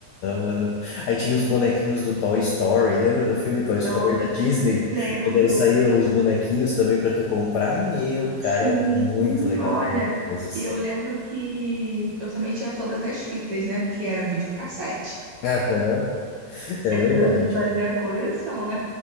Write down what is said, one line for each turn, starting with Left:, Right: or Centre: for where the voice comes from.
Left: mano? Aí tinha os bonequinhos do Toy Story. Lembra do filme Toy Story
Right: Nossa,
Left: da Disney?
Right: lembro.
Left: E daí saíam os bonequinhos também pra tu comprar. Meu, cara,
Right: Sim,
Left: era muito legal
Right: olha,
Left: aquelas coisas.
Right: e eu lembro que eu também tinha todas as fitas, né? Porque era videocassete.
Left: Aham, é verdade.
Right: Eu fazia a coleção, <laughs> é.